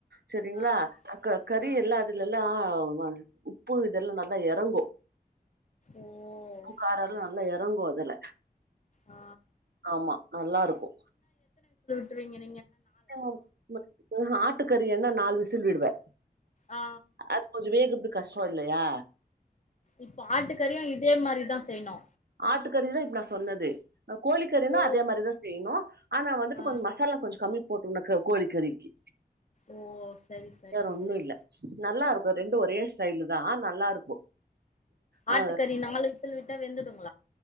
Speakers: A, on the right; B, on the left.
A: சரிங்களா
B: ஆ
A: அக்க கறி
B: ஆ
A: எல்லா அதுலல்லா ஆமங் உப்பு இதெல்லா நல்லா எறங்கு
B: ஓ
A: புக்காரலா
B: சரி
A: நல்லா எறங்கு அதுல
B: ஆ
A: ஆமா நல்லாருக்கு
B: திரிங்கன்
A: <inaudible> ஆட்டுக்கறி என்னா நாலு விசில் விடுவே
B: ஆ
A: அது கொஞ்ச வேகறதுக்கு கஷ்ட இல்லையா
B: இப்ப ஆட்டுக்கறியு இதே மாரிதா செய்ணு
A: ஆட்டுக்கறிதா இப்ப நா சொன்னது கோழிக்கறினா
B: ஓ
A: அதே மாரிதா செய்யணு ஆனா வந்துட்டு
B: ஆ
A: கொஞ்ச மசாலா கொஞ்ச கம்மி போட்டுனக்கு கோழிக்கறிக்கு
B: ஓ சரி சரிங்க
A: வேற ஒண்ணு
B: தோழி
A: இல்ல நல்லா ரெண்டு ஒரே ஸ்டைலு தா நல்லா இருக்கு ஆ
B: ஆட்டுக்கறி நாலு விசில் விட்டா வெந்துடுங்க